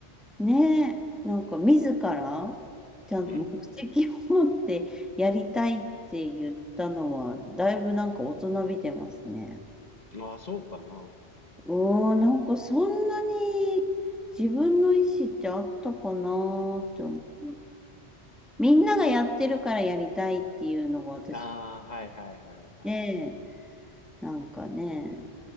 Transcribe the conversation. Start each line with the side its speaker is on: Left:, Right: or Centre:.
Centre: ね、なんか自らちゃんと目的を持ってやりたいって言ったのはだいぶなんか大人びてますね。
Left: うんうん。ああ、そうかな。
Centre: おー、なんかそんなに自分の意思ってあったかなーって思う。みんながやってるからやりたいっていうのが私
Left: <laughs> ああ、はいはいはい。
Centre: で、なんかね、